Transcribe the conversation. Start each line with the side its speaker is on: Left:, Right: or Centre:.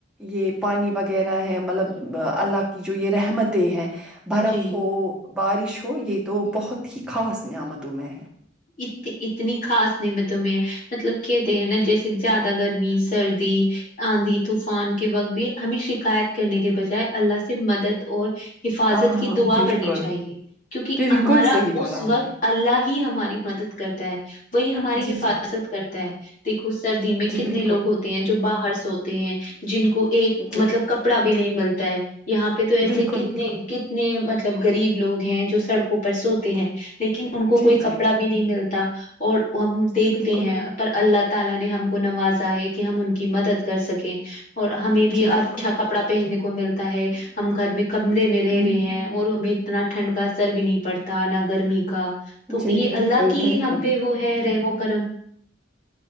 Centre: یہ پانی وغیرہ ہے مطلب اللہ کی جو یہ رحمتیں ہیں برف
Left: جی
Centre: ہو بارش ہو یہ تو بہت ہی خاص نعمتوں میں ہے
Left: اتی اتنی خاص نعمتوں میں مطلب کہتے ہیں ناں جیسے زیادہ گرمی سردی آندھی طوفان کے وقت بھی ہمیں شکایت کرنے کے بجائے اللہ سے مدد اور حفاظت
Centre: ہاں
Left: کی دعا
Centre: بالکل
Left: کرنی چاہیے کیونکہ
Centre: بالکل
Left: ہمارا
Centre: صحیح بولا
Left: اس
Centre: آپ
Left: وقت
Centre: نے
Left: اللہ ہی ہماری مدد کرتا ہے وہی ہماری
Centre: جی
Left: حفاظت
Centre: جی
Left: کرتا ہے دیکھو سردی میں
Centre: جی
Left: کتنے
Centre: بالکل
Left: لوگ ہوتے ہیں جو باہر سوتے ہیں جن کو ایک
Centre: جی
Left: مطلب کپڑا بھی نہیں ملتا ہے یہاں پہ پہ تو ایس
Centre: بالکل
Left: کتنے
Centre: بالکل
Left: کتنے مطلب غریب لوگ ہیں جو سڑکوں پر سوتے ہیں لیکن ان کو
Centre: جی
Left: کوئی کپڑا
Centre: جی
Left: بھی نہیں ملتا اور ہم دیکھتے
Centre: بالکل
Left: ہیں پر اللہ تعالی نے ہم کو نوازا ہے کہ ہم ان کی مدد کر سکیں اور ہمیں بھی
Centre: جی بالکل
Left: اچھا کپڑا پہننے کو ملتا ہے ہم گھر میں کمرے میں رہ
Centre: ہ
Left: رہے ہیں اور ہمیں اتنا ٹھنڈ کا اثر بھی نہیں پڑتا نہ گرمی کا تو
Centre: جی
Left: یہ
Centre: بالکل
Left: اللہ کی
Centre: بالکل
Left: ہی ہم پہ وہ ہے رحم و کرم